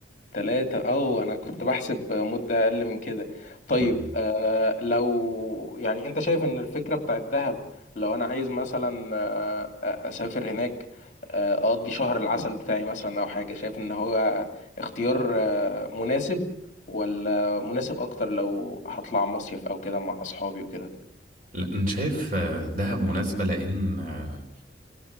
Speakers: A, on the left; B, on the right.
A: ثلاثة او انا كنت بحسب مدة اقل من كده طيب
B: مم.
A: آه، لو يعني انت شايف ان الفكرة بتاعت دهب لو انا عايز مثلا آه، آه، اسافر هناك آه، اقضي شهر العسل بتاعي مثلا او حاجة شايف ان هو اختيار آه، مناسب ولا مناسب اكتر لو هطلع مصيف او كده مع اصحابي وكده
B: لا أنا شايف آه، دهب مناسبة لأن آه،